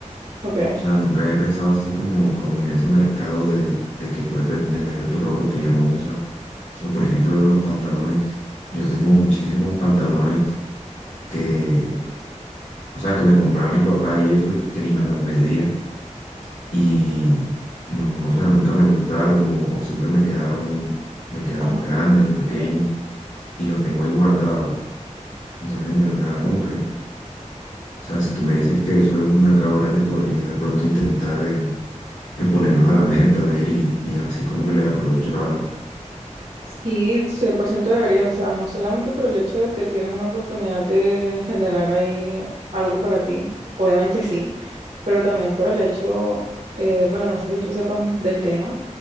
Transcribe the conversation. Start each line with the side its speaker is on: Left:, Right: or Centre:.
Right: Ok.
Left: O sea, nunca había pensado así como, como en ese mercado de, de que puedes vender tu ropa que ya no usas. O por ejemplo, los pantalones. Yo tengo muchísimos pantalones que, o sea, que me compraba mi papá y eso y que ni me los medía. Y no, o sea, nunca me gustaron o, o siempre me quedaron, me quedaron
Right: Ajá.
Left: grandes o pequeños y los tengo ahí guardados. Entonces, en verdad, como que, o sea, si tú me dices que eso es un mercado grande, podría de pronto intentar en en ponerlos a la venta, a ver, y, y así como que les aprovecho algo.
Right: Sí, 100% deberías, o sea, no solamente por el hecho de que tienes una oportunidad de generar ahí algo para ti, obviamente sí, pero también por el hecho, eh, bueno, no sé si tú sepas m- del tema,